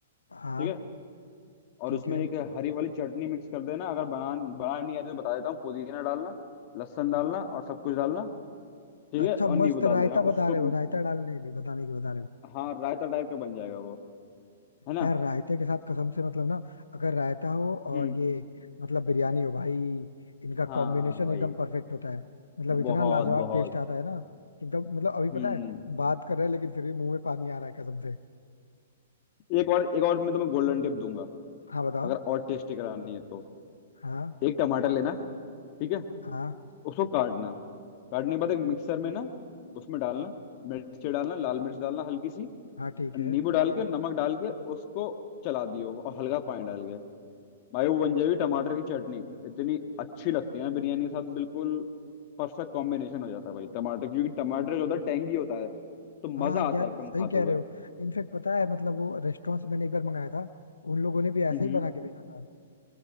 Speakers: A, on the left; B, on the left.
A: हाँ
B: ठीक है और
A: ठीक
B: उसमें
A: है
B: एक हरी वाली चटनी मिक्स कर देना अगर बना बना नहीं आती तो बता देता हूँ पुदीना डालना लहसुन डालना और सब कुछ डालना ठीक
A: अच्छा
B: है और नींबू
A: मस्त
B: डाल
A: रायता
B: देना
A: बता
B: उसको
A: रहे हो रायता डालने के लिए बताने के बता रहे हो
B: हाँ रायता टाइप का बन जाएगा वो है ना
A: यार रायते के साथ कसम से मतलब ना अगर रायता हो और
B: हम्म
A: ये मतलब बिरयानी हो भाई इनका
B: हाँ
A: कॉम्बिनेशन
B: वही
A: एकदम परफेक्ट होता है मतलब इतना
B: बहुत
A: लाजवाब
B: बहुत
A: टेस्ट आता है ना कि एकदम मतलब अभी
B: हम्म
A: पता है बात कर रहे हैं लेकिन फिर भी मुंह में पानी आ रहा है कसम से
B: एक और एक और मैं तुम्हें गोल्डन टिप दूंगा
A: हाँ बताओ
B: अगर और टेस्टी करानी है तो
A: हाँ
B: एक टमाटर लेना ठीक है
A: हाँ
B: उसको काटना काटने के बाद एक मिक्सर में ना उसमें डालना मिर्च डालना लाल मिर्च डालना हल्की सी
A: हाँ ठीक
B: नींबू
A: है
B: डाल के नमक डाल के उसको चला दियो और हल्का पानी डाल के भाई वो बन जाएगी टमाटर की चटनी इतनी अच्छी लगती है ना बिरयानी के साथ बिल्कुल परफेक्ट कॉम्बिनेशन हो जाता है भाई टमाटर क्योंकि टमाटर जो होता है टेंगी होता है तो मजा
A: हाँ
B: आता
A: यार
B: है एकदम
A: सही
B: खाते
A: कह
B: हुए
A: रहे हो इनफेक्ट पता है मतलब वो रेस्टोरेंट से मैंने एक बार मंगाया था उन लोगों ने भी ऐसे
B: हम्म
A: ही बना के भेजा था